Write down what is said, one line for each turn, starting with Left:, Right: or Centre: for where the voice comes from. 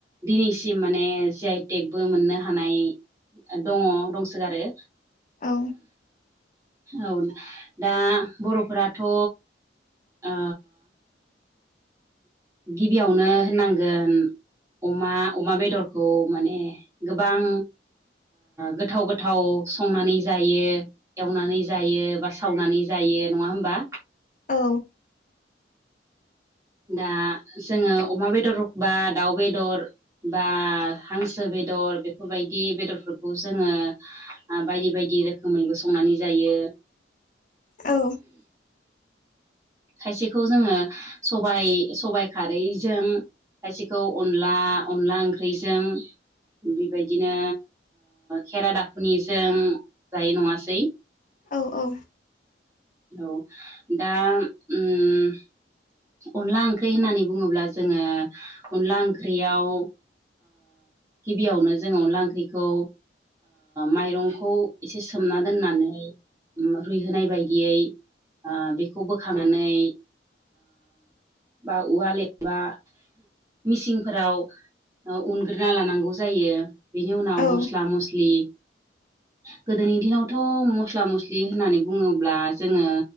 Right: दिनैसिम माने ज आइ टेकबो मोननो हानाय दङ दंसोगारो।
Left: औ
Right: औ दा बर'फोराथ' आ गिबियावनो होननांगोन अमा अमा बेदरखौ माने गोबां गोथाव गोथाव संनानै जायो। एवनानै जायो बा सावनानै जायो नङा होमबा।
Left: औ
Right: दा जोङो अमा बेदर बा दाउ बेदर बा हांसो बेदर बेफोरबायदि बेदरफोरखौ जोङो बायदि बायदि रोखोमैबो संनानै जायो
Left: औ
Right: खायसेखौ जोङो सबाय सबाय खारैजों खायसेखौ अनला अनला ओंख्रिजों बेबायदिनो खेरा दाखुनिजों जायो नङासै
Left: औ औ
Right: औ दा उम अनला ओंख्रि होननानै बुङोब्ला जोङो अनला ओंख्रियाव गिबियावनो जोंङो अनला ओंख्रिखौ माइरंखौ एसे सोमना दोननानै रुइहोनाय बायदियै बेखौ बोखांनानै बा औवा लेबा मिसिंफोराव उनग्रोना लानांगौ जायो बेनि उनाव
Left: औ
Right: मस्ला मस्लि गोदोनि दिनावथ' मस्ला मस्लि होननानै बुङोब्ला जोङो